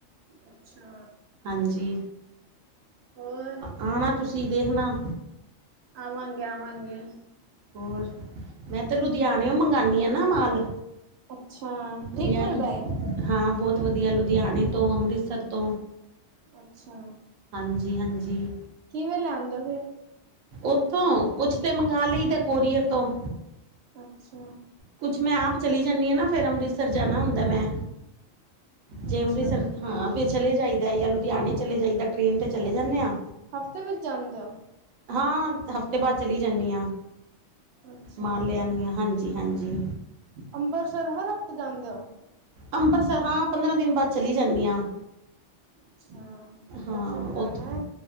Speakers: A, on the right; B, on the right.
A: ਅੱਛਾ।
B: ਹਾਂਜੀ
A: ਹੋਰ
B: ਆਣਾ ਤੁਸੀਂ ਦੇਖਣਾ।
A: ਆਵਾਂਗੇ-ਆਵਾਂਗੇ।
B: ਹੋਰ ਮੈਂ ਤੇ ਲੁਧਿਆਣੇਓ ਮੰਗਉਣੀ ਆਂ ਨਾ ਮਾਲ
A: ਅੱਛਾ ਠੀਕ
B: ਯਾ
A: ਮਿਲਦਾ
B: ਲੁ
A: ਹੈ।
B: ਹਾਂ ਬਹੁਤ ਵਧੀਆ ਲੁਧਿਆਣੇ ਤੋਂ ਅੰਮ੍ਰਿਤਸਰ ਤੋਂ
A: ਅੱਛਾ।
B: ਹਾਂਜੀ ਹਾਂਜੀ।
A: ਕਿਵੇਂ ਲਿਆਂਦੇ ਔ ਫਿਰ
B: ਉੱਥੋਂ ਕੁਛ ਤੇ ਮੰਗਵਾ ਲਈ ਦਾ ਕੋਰੀਅਰ ਤੋਂ।
A: ਅੱਛਾ।
B: ਕੁਛ ਮੈਂ ਆਪ ਚਲੀ ਜਾਂਨੀ ਆ ਨਾ ਫਿਰ ਅੰਮ੍ਰਿਤਸਰ ਜਾਣਾ ਹੁੰਦਾ ਮੈਂ।
A: ਅੱਛਾ
B: ਜੇ ਅੰਮ੍ਰਿਤਸਰ ਹਾਂ ਫਿਰ ਚਲੇ ਜਾਈਦਾ ਜਾਂ ਲੁਧਿਆਣੇ ਚਲੇ ਜਾਈਦਾ ਟ੍ਰੇਨ ਤੇ ਚਲੇ ਜਾਂਨੇ ਆਂ।
A: ਹਫ਼ਤੇ ਵਿੱਚ ਜਾਂਦੇ ਔ।
B: ਹਾਂ ਹਫ਼ਤੇ ਬਾਅਦ ਚਲੀ ਜਾਂਨੀ ਆਂ
A: ਅੱਛਾ
B: ਮਾਲ ਲੇ ਆਨੀ ਆਂ ਹਾਂਜੀ ਹਾਂਜੀ।
A: ਅੰਮਰਿਤਸਰ ਹਰ ਹਫ਼ਤੇ ਜਾਂਦੇ ਹੋ।
B: ਅੰਮਰਤਸਰ ਹਾਂ ਪੰਦਰਾਂ ਦਿਨ ਬਾਅਦ ਚਲੀ ਜਾਂਨੀ ਆਂ।
A: ਅੱਛਾ
B: ਹਾਂ
A: ਦਰਸ਼ਨ ਕਰਨ
B: ਉੱਥੇ
A: ਹੈ।